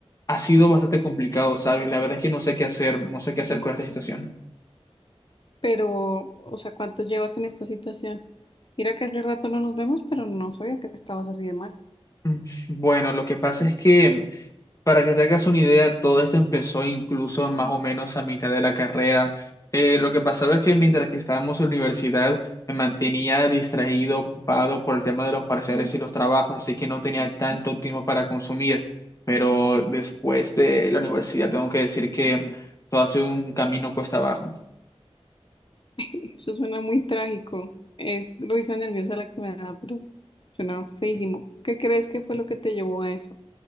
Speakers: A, on the left (about 30°); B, on the left (about 50°).
A: ha sido bastante complicado, ¿sabes? La verdad es que no sé qué hacer, no sé qué hacer con esta situación.
B: pero, o sea, ¿cuánto llevas en esta situación? Mira que hace rato no nos vemos, pero no sabía que estabas así de mal.
A: Mm, Bueno, lo que pasa es que Para que te hagas una idea, todo esto empezó incluso más o menos a mitad de la carrera. Eh, lo que pasaba es que mientras que estábamos en la universidad me mantenía distraído, ocupado por el tema de los parciales y los trabajos, así que no tenía tanto tiempo para consumir. Pero después de la universidad tengo que decir que todo ha sido un camino cuesta abajo.
B: <laughs> Eso suena muy trágico. Es risa nerviosa la que me da, pero suena feísimo. ¿Qué crees que fue lo que te llevó a eso?